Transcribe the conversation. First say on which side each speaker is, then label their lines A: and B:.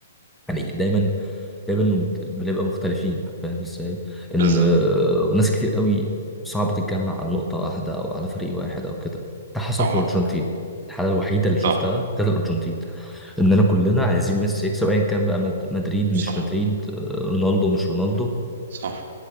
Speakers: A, in the centre; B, on the right (about 55°).
A: يعني دايما دايما المت- بنبقى مختلفين فاهم ازاي
B: بالظبط
A: ان آه، ناس كتير قوي صعب تتجمع على نقطه واحده او على فريق واحد او كده ده حصل
B: اه
A: في الارجنتين الحاله الوحيده اللي
B: صح
A: شفتها كانت الارجنتين اننا كلنا عايزين ميسي يكسب ايا كان بقى مد- مدريد
B: صح
A: مش مدريد آه، رونالدو مش رونالدو
B: صح